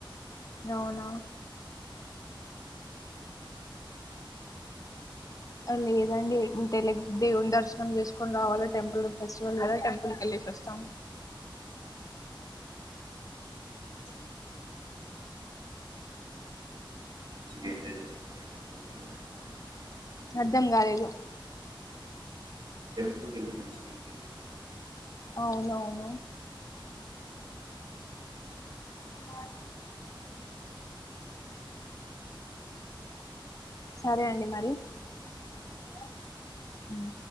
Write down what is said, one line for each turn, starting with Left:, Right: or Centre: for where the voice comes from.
Left: అవునా లేదండి తెలి దేవుం దర్శనం చేసుకొని రావాలీ టెంపుల్ ఫె స్టీవల్ కదా టెంప్ కలి ప్రస్తాం
Right: అ <unintelligible>
Left: అర్ధం కాలేదు
Right: టెంపుల్కి వెళ్ళి మంచిగా ఎంజాయ్ చేశారా
Left: అవునవును కుమారి సరే అండి మరి హలో ఆ